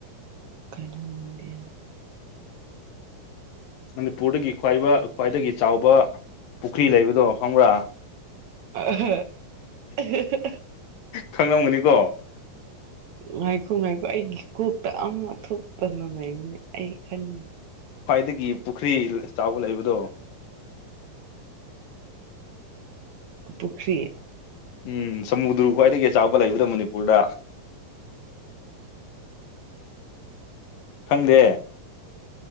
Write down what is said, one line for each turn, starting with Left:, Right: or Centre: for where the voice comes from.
Right: ꯀꯩꯅꯣꯗꯤ
Left: ꯃꯅꯤꯄꯨꯔꯗꯒꯤ ꯈ꯭ꯋꯥꯏꯕ ꯈ꯭ꯋꯥꯏꯗꯒꯤ ꯆꯥꯎꯕ ꯄꯨꯈ꯭ꯔꯤ ꯂꯩꯕꯗꯣ ꯈꯪꯕ꯭ꯔꯥ
Right: <unintelligible>
Left: ꯈꯪꯂꯝꯒꯅꯤꯀꯣ
Right: ꯉꯥꯏꯈꯣ ꯉꯥꯏꯈꯣ ꯑꯩꯒꯤ ꯀꯨꯞ ꯇ ꯑꯃꯨꯛ ꯊꯣꯛꯇꯅ ꯂꯩꯕꯅꯦ ꯑꯩ ꯈꯟ
Left: ꯈ꯭ꯋꯥꯏꯗꯒꯤ ꯄꯨꯈ꯭ꯔꯤ ꯆꯥꯎꯕ ꯂꯩꯕꯗꯣ
Right: ꯄꯨꯈ꯭ꯔꯤ
Left: ꯎꯝ ꯁꯃꯨꯗ꯭ꯔꯨ ꯈ꯭ꯋꯥꯏꯗꯒꯤ ꯆꯥꯎꯕ ꯂꯩꯕꯗꯣ ꯃꯅꯤꯄꯨꯔꯗ ꯈꯪꯗꯦ